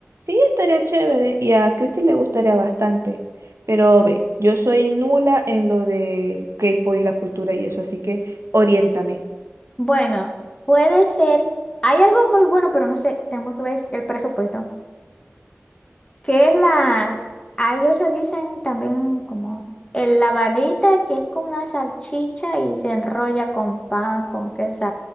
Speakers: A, on the right; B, on the left.
A: Sí, estaría chévere y a Christy le gustaría bastante. Pero ve, yo soy nula en lo de K-pop y la cultura y eso, así que oriéntame.
B: Bueno, puede ser. Hay algo muy bueno, pero no sé, tenemos que ver el presupuesto. que es la, a ellos le dicen también como el, la barrita que es como una salchicha y se enrolla con pan, con queso,